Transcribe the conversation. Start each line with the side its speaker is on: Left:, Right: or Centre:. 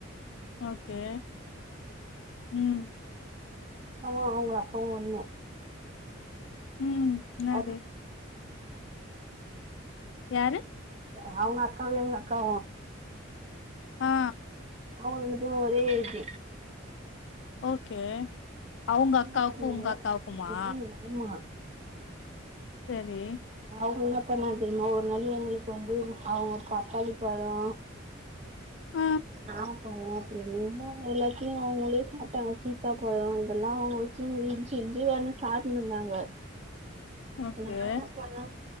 Left: ஓகே ம்
Right: அ ஓ ஒங்க <unintelligible>
Left: ம்
Right: <inaudible>
Left: என்னது யாரு
Right: அவங்க அக்காவு எங்க அக்கா
Left: ஆ
Right: அவங்க ரெண்டுக்கு ஒரே ஏஜ்
Left: ஓகே அவங்க அக்காவுக்கு
Right: என்ன பண்ணாங்க
Left: ஒங்க அக்காவுக்குமா
Right: ம் ஆமா
Left: சரி
Right: அவுங்க என்ன பண்ணாங் தெரியுமா ஒரு நாள் எங்களுக்கு வந்து அவங்க பப்பாளி பழோ
Left: அ
Right: நாவ பழோ அப்படின்னுனா எல்லாத்தையு அவங்களே சாப்ட்டாங்க சீத்தா பழோ இதெல்லா அவங்க சி இஞ்ச் இஞ்சி வேணு <unintelligible> இருந்தாங்க
Left: ஓகே
Right: நா என்ன சொன்னோ